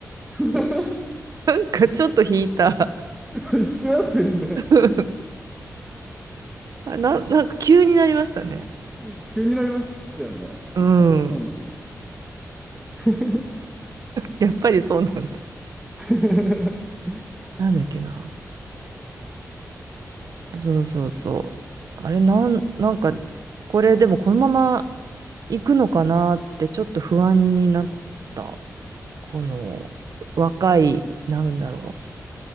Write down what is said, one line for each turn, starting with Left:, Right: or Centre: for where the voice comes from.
Centre: <laughs>
Right: んかちょっと引いた。
Centre: 引きますよね。
Right: <laughs> あな、なんか急になりましたね。
Centre: うん急になりましたよね。
Right: うん。
Centre: やっぱそうなんや。<laughs>
Right: やっぱりそうなんだ。
Centre: 確
Right: なんだっけな。そうそうそう。あれ、なん、なんか、これでもこのまま行くのかなってちょっと不安になった。この若い、なんだろ